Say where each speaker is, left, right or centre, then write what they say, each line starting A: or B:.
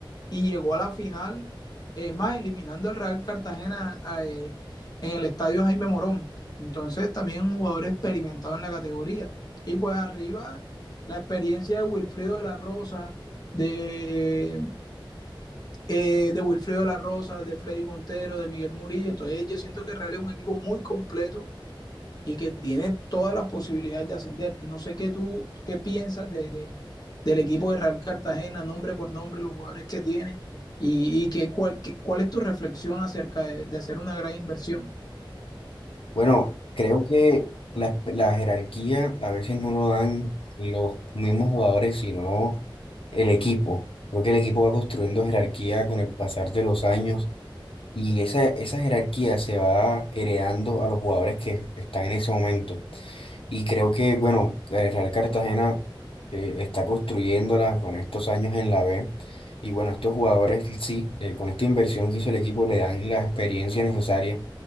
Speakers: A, on the left; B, on the left.
A: y llegó a la final, es más, eliminando al Real Cartagena eh, en el estadio Jaime Morón. Entonces, también un jugador experimentado en la categoría. Y pues arriba, la experiencia de Wilfrido de la Rosa, de eh, de Wilfrido La Rosa, de Freddy Montero, de Miguel Murillo. Entonces yo siento que Real es un equipo muy completo y que tiene todas las posibilidades de ascender. No sé qué tú qué piensas de, de, del equipo de Real Cartagena, nombre por nombre, los jugadores que tiene y, y que, cuál, que, cuál es tu reflexión acerca de, de, hacer una gran inversión.
B: Bueno, creo que la, la jerarquía a veces no lo dan los mismos jugadores, sino el equipo. Creo que el equipo va construyendo jerarquía con el pasar de los años y esa, esa jerarquía se va heredando a los jugadores que están en ese momento. Y creo que, bueno, el Real Cartagena eh, está construyéndola con estos años en la B. Y bueno, estos jugadores, sí, eh, con esta inversión que hizo el equipo le dan la experiencia necesaria,